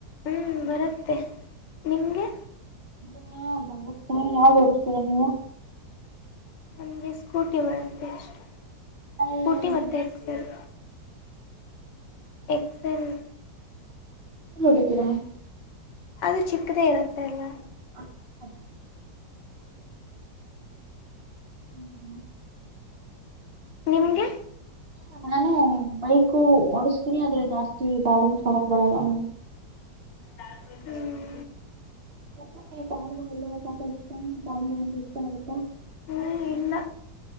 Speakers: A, on the left; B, on the right.
A: ಹ್ಞೂ ಬರುತ್ತೆ ನಿಮಗೆ
B: ನಮಗೆ ಬರುತ್ತೆ ಯಾವುದು ಹೊಡಿಸತೀರಾ ನೀವು
A: ನಮಗೆ ಸ್ಕೂಟಿ ಬರುತ್ತೆ ಅಷ್ಟು ಸ್ಕೂಟಿ
B: ಏನ್
A: ಮತ್ತೆ ಎಕ್ಸೆಲ್ ಎಕ್ಸಲ್
B: ನೋಡಿದ್ದೀರಾ <unintelligible>
A: ಅದು ಚಿಕ್ಕದೇ ಇರುತ್ತೆ ಅಲ್ಲ
B: <unintelligible> <inaudible> ಹ್ಮ ಹಾ
A: ನಿಮಗೆ
B: ಹ್ಮ ನಾನು ಬೈಕ್ ಓಡಸ್ತೀನಿ ಆದ್ರೆ ಜಾಸ್ತಿ ಬ್ಯಾಲೆನ್ಸ್ ಮಾಡಕ್ ಬರಲ್ಲ
A: ಹ <unintelligible>
B: ಮ ತಾಳಲ್ಲ ಸಾಕ ಇಷ್ಟ ತ ಒಂದು ಇಷ್ಟ ಆಗುತ್ತಾ <unintelligible>
A: ಹ ಇಲ್ಲ